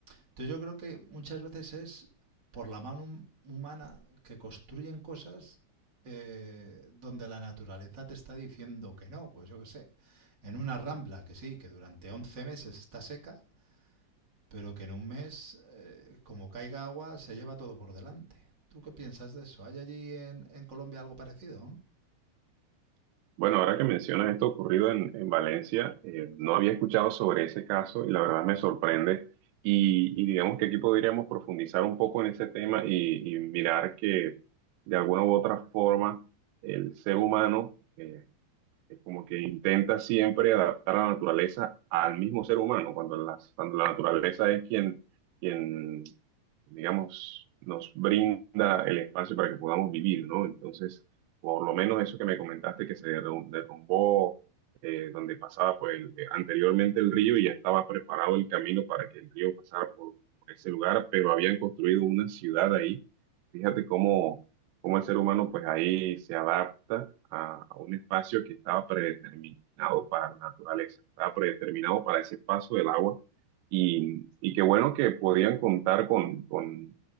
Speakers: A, on the right; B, on the right.
A: Entonces yo creo que muchas veces es por la mano hum- humana que construyen cosas eh, donde la naturaleza te está diciendo que no, pues yo qué sé, en una rambla que sí, que durante 11 meses está seca, pero que en un mes, eh, como caiga agua, se lleva todo por delante. ¿Tú qué piensas de eso? ¿Hay allí en, en Colombia algo parecido?
B: Bueno, ahora que mencionas esto ocurrido en, en Valencia, eh, no había escuchado sobre ese caso y la verdad me sorprende. Y, y digamos que aquí podríamos profundizar un poco en ese tema y, y mirar que de alguna u otra forma el ser humano, eh, es como que intenta siempre adaptar a la naturaleza al mismo ser humano, cuando, las- cuando la naturaleza es quien, quien, digamos, nos brinda el espacio para que podamos vivir, ¿no? Entonces, por lo menos eso que me comentaste que se derrum- derrumbó, eh, donde pasaba pues, el- eh, anteriormente el río y ya estaba preparado el camino para que el río pasara por, por ese lugar, pero habían construido una ciudad ahí. Fíjate cómo cómo el ser humano pues ahí se adapta a, a un espacio que estaba predeterminado para la naturaleza, estaba predeterminado para ese paso del agua y, y qué bueno que podían contar con, con,